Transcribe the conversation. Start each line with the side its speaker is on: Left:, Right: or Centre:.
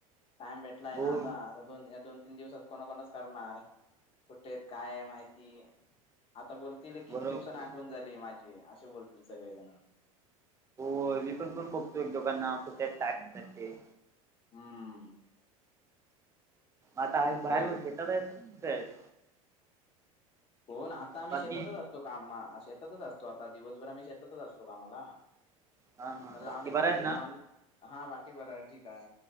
Left: टाइम भेटलाय
Right: हो
Left: ना आता दोन या दोन तीन दिवसात. कोणा कोणाच करणार कुठेत काय माहिती. आता बोलतील किती
Right: बरोबर
Left: दिवसांनी आठवण झाली माझी असे बोलतील सगळेजण.
Right: हो मी पण कोण बघतो एक दोघांना कुठे हायत काय करतात ते.
Left: हा.
Right: आता आहे बाहेर
Left: तेच
Right: शेतात आहेस कुठे हाईस.
Left: हो न आता आम्ही
Right: बाकी
Left: शेतातच असतो काम शेतातच असतो आता दिवसभर आम्ही शेतातच असतो कामाला.
Right: हा हा
Left: मग लावणेची,
Right: बाकी बरा आहेस ना
Left: लाव हा बाकी बराय, ठीक हाय.